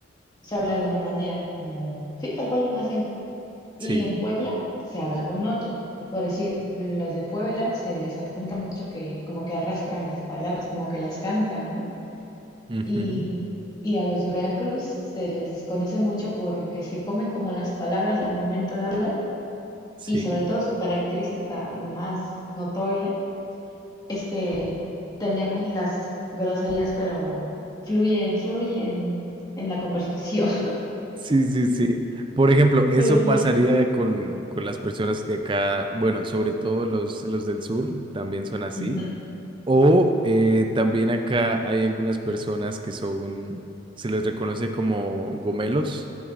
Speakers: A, on the left; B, on the right.
A: se habla de una manera, como, sí, tal cual un acento. Y
B: Sí.
A: en Puebla se habla con otro. Por decir, los de Puebla se les adjunta mucho que como que arrastran las palabras, como que las cantan, ¿no?
B: ujú,
A: Y, y a los de Veracruz se les conoce mucho porque se comen como las palabras al momento de hablar
B: Sí.
A: y sobre todo su característica más notoria es que tenemos las groserías, pero fluyen, fluyen en la conversación.
B: Sí, sí, sí. Por ejemplo, eso
A: <laughs> De...
B: pasaría con, con las personas de acá, bueno, sobre todo los, los del sur, también son así.
A: Ujú,
B: O eh, también acá hay algunas personas que son, se les reconoce como gomelos,